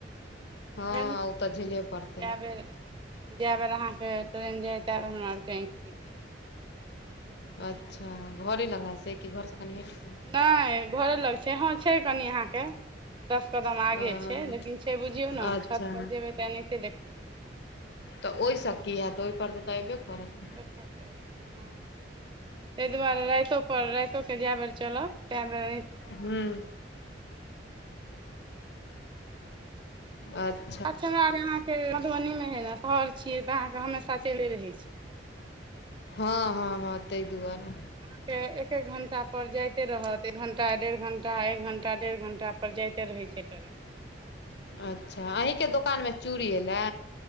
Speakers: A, on the right; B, on the left.
A: बुझ
B: हँ ओ तऽ झेलैऽ पड़तै।
A: जए बेर- जए बेर अहाँके ट्रेन जाय तै बेर हमरा आरके आँखि खुलि जायत।
B: अच्छा घरे लगाइ छै, कि घरसँ कनि हैट
A: नहि घरे लग छै, हँ छै कनि अहाँके दस कदम
B: कऽ
A: आगे छै, लेकिन छै बुझियौ ने
B: अच्छा
A: छत पर जेबे तऽ एनाहिते देखबै।
B: तऽ ओहिसँ की हतऽ ओहिपर तऽ तऽ अयबे करत।
A: इत रहै छै हँ। ताहि दुआरे रैतो पर रैतो के जा बेर चलत तै बेर अं
B: हूं। अच्
A: अच्छा हमरा आ अहाँके मधुबनी में हय ने शहर छियै, तऽ अहाँके हमेशा चले रहै छै।
B: हँ- हँ -हँ ताहि दुआरे।
A: अहाँके एक एक घंटा पर जाइते रहत। एक घंटा, डेढ़ घंटा, एक घंटा, डेढ़ घंटा पर जाते रहे छै। कि करे।
B: अच्छा अहींके दोकानमें चूड़ी एयलै।